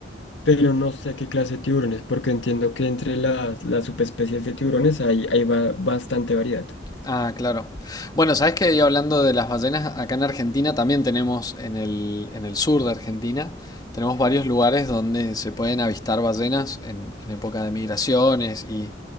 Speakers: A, on the left; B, on the left.
A: pero no sé qué clase de tiburones, porque entiendo que entre las, las subespecies de tiburones hay, hay ba- bastante variedad.
B: Ah, claro. Bueno, sabes que hablando de las ballenas, acá en Argentina también tenemos, en el, en el sur de Argentina, tenemos varios lugares donde se pueden avistar ballenas en, en época de migraciones y,